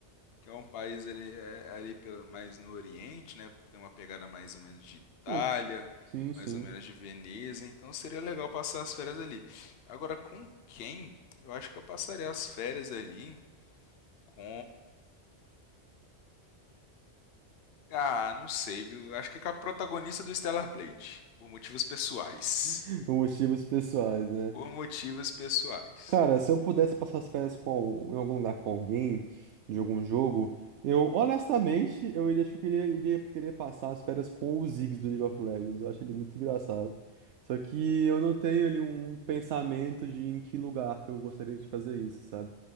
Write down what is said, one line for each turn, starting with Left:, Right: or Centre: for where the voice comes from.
Left: que é um país ele é ali pelo, mais no Oriente, né? Tem uma pegada mais ou menos de Itália,
Right: Ah, sim,
Left: mais
Right: sim.
Left: ou menos de Veneza, então seria legal passar as férias ali. Agora com quem? Eu acho que eu passaria as férias ali com Ah, não sei, viu? Acho que com a protagonista do Stellar Blade, por motivos pessoais.
Right: <laughs> Por motivos pessoais, né?
Left: Por motivos pessoais.
Right: Cara, se eu pudesse passar as férias com, al- em algum lugar com alguém, de algum jogo, eu honestamente, eu iria, acho que eu queria, iria querer passar as férias com o Ziggs do League of Legends. Eu acho ele muito engraçado. Só que eu não tenho ali um pensamento de em que lugar que eu gostaria de fazer isso, sabe?